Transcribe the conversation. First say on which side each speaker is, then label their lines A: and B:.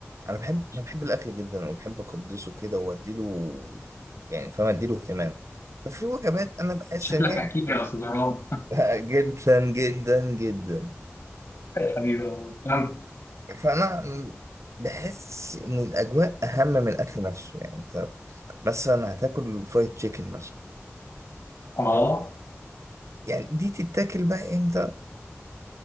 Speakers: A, on the right; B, on the left.
A: انا بحب انا بحب الاكل جدا وبحب اقدسه كده واديله يعني فاهم اديله اهتمام بس في وجبات انا بحس
B: شكلك
A: ان
B: أكيد
A: هي
B: يا أستاذ مروان
A: <laughs> جدا جدا جدا
B: <laughs> يا حبيبي والله. كم؟
A: فانا بحس ان الاجواء اهم من الاكل نفسه يعني انت مثلا هتاكل فرايد تشيكن مثلا
B: آه
A: يعني دي تتاكل بقى امتى